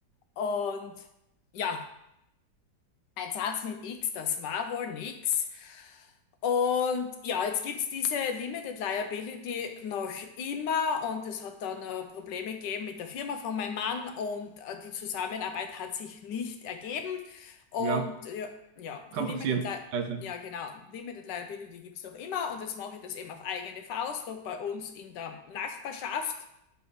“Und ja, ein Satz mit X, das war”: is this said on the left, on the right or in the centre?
Left